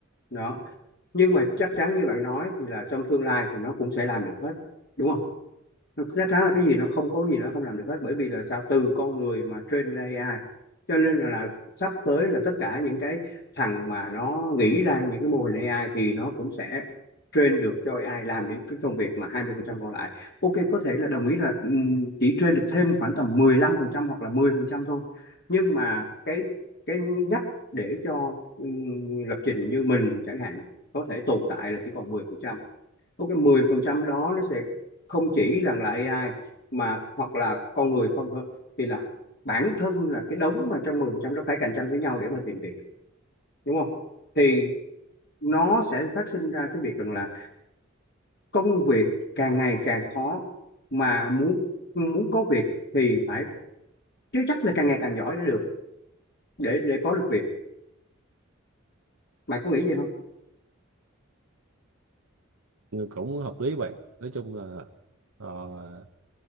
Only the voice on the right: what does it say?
nhưng cũng hợp lý vậy nói chung là ờ,